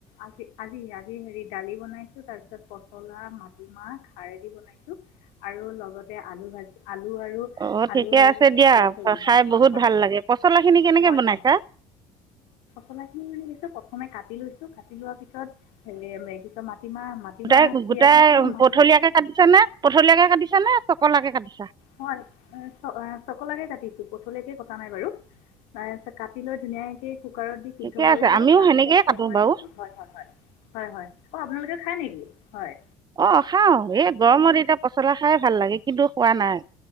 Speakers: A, on the left (about 75°); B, on the right (about 30°).
A: আজি আজি আজি হেৰি দালি বনাইছো তাৰপিছত তাৰপিছত পচলা মাটিমাহ খাৰদি বনাইছো আৰু লগতে আলু ভাজি আলু আৰু
B: অ
A: আলু
B: ঠিকে
A: আৰু
B: আছে দিয়া
A: লেচৰি হয়
B: খাই
A: হয়
B: বহুত
A: হয়
B: ভাল লাগে পচলা খিনি কেনেকে
A: হয়
B: বনাইছা
A: হয় পচলা খিনি মানে দি প্ৰথম কাটি লৈছো কাটি লোৱাৰ পিছত হে <inaudible> মাটিমাহ মাটিমাহ
B: গোটাই
A: তিয়াই
B: গোটাই
A: থৈছিলো ম
B: পথলিয়াকে কাটিছা নে পথলিয়াকে কাটিছা নে চকলাকে কাটিছা
A: হয় হয় হয় চকলাকে কাটি পথালিকৈ কটা নাই বাৰু তাৰপাছত কাটিলৈ ধুনীয়াকৈ কুকাৰত সিদ্ধ
B: ঠিকে
A: কৰি
B: আছে
A: লৈ
B: আমিও
A: তাৰ
B: সেনেকেই
A: পাছত তেল
B: কাটো
A: মাৰি
B: বাৰু
A: দিছো হয় হয় হয় হয় হয় অ আপোনালোকে হয় নেকি হয়
B: অ খাও এই গৰমত এতিয়া পচলা খাই ভাল লাগে কিন্তু খোৱা নাই